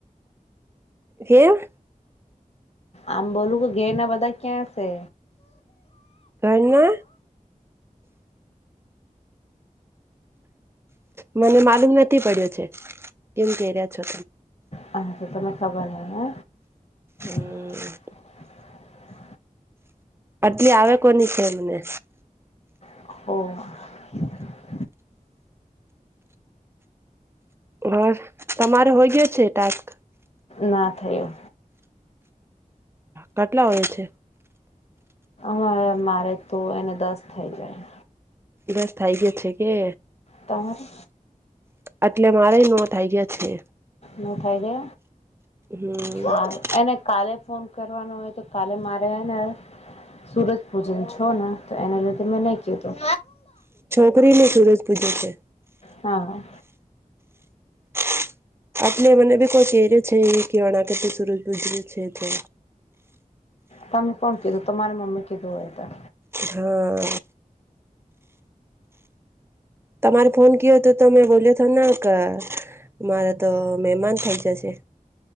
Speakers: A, on the right; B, on the left.
A: કેમ?
B: આમ બોલું કે ઘેરના બધા ક્યાં સે?
A: ઘરના મને માલુમ નથી પયડો છે કેમ કેઈ રા છો
B: હા તો તમે ખબર નઈ હં
A: હમ
B: <inaudible>
A: આટલી આવે કોની છે એમને
B: ઓહ
A: હ તમારે હોય ગયો છે ટાસ્ક?
B: ના થયો.
A: કટલા હોય છે?
B: હ મારે તો એને દસ થઇ જાય.
A: બસ થઇ ગયો છે કે
B: તમારે
A: એટલે મારા ન થઇ ગયા છે.
B: ન થાય
A: હમ
B: ગાય એને કાલે ફોન કરવાનું હોય તો કાલે મારે ને હે ને સુરજ પૂજન છો ને તો એના લીધે મેં નહી કીધું.
A: <unintelligible> ની ભૂમિ પૂજન છે.
B: હા.
A: <inaudible> એટલે મને ભી કોઈ કેય રિયો છે અણા કે તો સુરજ પૂજન છે તો
B: તમે કોણ કીધું તમારા મમ્મી કીધું હોય ત
A: હા. તમારે ફોન કીઓ તો તમે બોલ્યો ના કર મારે તો મહેમાન થઇ જશે